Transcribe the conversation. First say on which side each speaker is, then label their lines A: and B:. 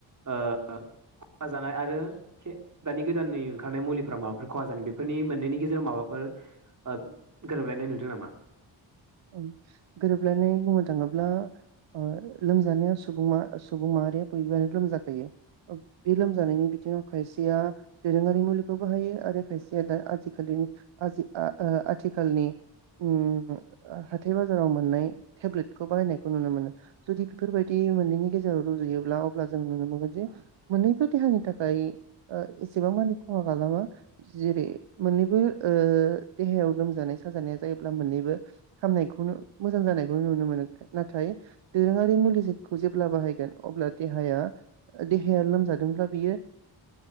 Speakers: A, on the right; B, on the right.
A: ओ ओ खहा जानाय आरो खे दानि गोदाननि ओंखारनाय मुलिफोरा माबाफोर खहा जानाय बेफोरनि मोननैनि गेजेराव माबाफोर ओ गोरोबलायनाय नुदों नामा?
B: ओं गोरोबलायनाय बुंनो थाङोब्ला ओ लोमजानाया सुबुंमा-सुबुं माहारिया बयबोआनो लोमजाखायो। बे लोमजानायनि बिथिङाव खायसेया दोरोङारि मुलिखौ बाहायो आरो खायसेया दा आथिखालि ओ आजि आथिखालनि उम ओ हाथाय बाजाराव मोननाय टेब्लेटखौ बाहायनायखौ नुनो मोनो। जुदि बेफोरबायदि मोननैनि गेजेराव रुजुयोब्ला अब्ला जों नुनो मोनगोन जे मोन्नैबो देहानि थाखाय ओ एसेबां मानि खहा खालामा जेरै मोननैबो ओ देहायाव लोमजानाय साजानाया जायोब्ला मोननैबो हामनायखौनो मोजां जानायखौ नुनो मोनो । नाथाय दोरोङारि मुलिखौ जेब्ला बाहायगोन अब्ला देहाया देहाया लोमजादोंब्ला बियो